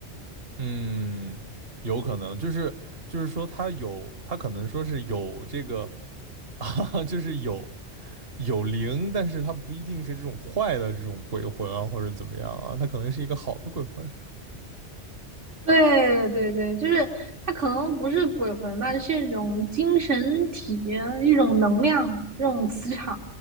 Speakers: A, on the right (about 55°); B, on the right (about 90°).
A: 嗯，有可能，就是就是说他有，他可能说是有这个 <laughs> 啊，就是有有灵，但是他不一定是这种坏的这种鬼魂啊，或者怎么样啊，他可能是一个好的鬼魂，
B: 对对对，就是它可能不是鬼魂吧，是一种精神体、一种能量、一种磁场。